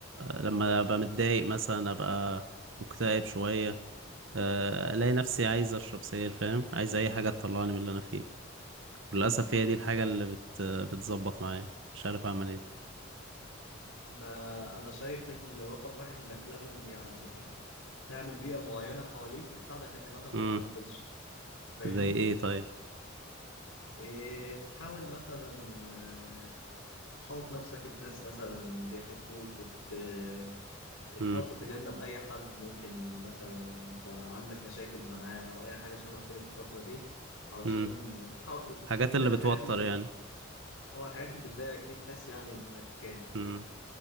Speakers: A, on the right; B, on the left.
A: لما ابقى متضايق مثلا ابقى مكتئب شويه آه، الاقي نفسي عايز اشرب سجاير فاهم عايز اي حاجه تطلعني من اللي انا فيه للاسف
B: مم.
A: هي دي الحاجه
B: ما لا
A: اللي بت بتظبط معايا مش عارف اعمل ايه
B: ما انا شايف ان رقم واحد انك لازم يعني تعمل بيئة معينة حواليك تساعدك انك مثلا ما
A: امم
B: تتنرفزش فاهمني؟
A: زي ايه طيب
B: إيه، تحاول مثلا آه، تحوط نفسك بناس مثلا بيحبوك ت- آه، تحاول
A: امم
B: تتجنب أي حد ممكن مثلا أنت عندك مشاكل معاه أو أي حاجة شبه كده في الفترة دي علشان
A: امم
B: تحاول
A: حاجات
B: تتجنب
A: اللي بتوتر
B: الحاجات اللي
A: يعني
B: بت... أو الحاجات اللي بتضايقك دي تحس يعني إنك آه،
A: امم